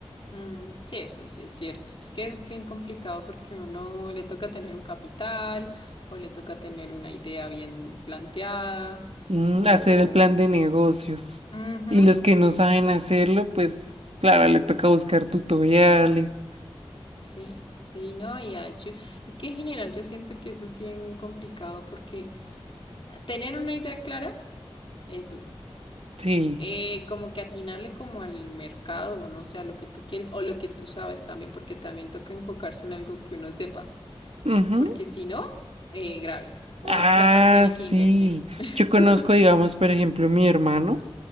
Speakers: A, on the left; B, on the right.
A: Mm, sí, eso sí es cierto. Es que es bien complicado porque uno le toca tener un capital o le toca tener una idea bien planteada
B: Mm,
A: o...
B: hacer el plan de negocios.
A: Ujú,
B: Y los que no
A: exacto.
B: saben hacerlo, pues claro, le toca buscar tutoriales.
A: Sí, sí, no, y ah, yo- es que en general yo siento que eso es bien complicado porque tener una idea clara es duro.
B: Sí.
A: Eh, como que atinarle como al mercado, o no sé, a lo que tú quieres o lo que tú sabes también, porque también toca enfocarse en algo que uno sepa,
B: Ujú.
A: porque si no, eh, graves, más
B: Ah,
A: platas tiene que
B: sí.
A: invertir. <laughs>
B: Yo conozco, digamos, por ejemplo, mi hermano.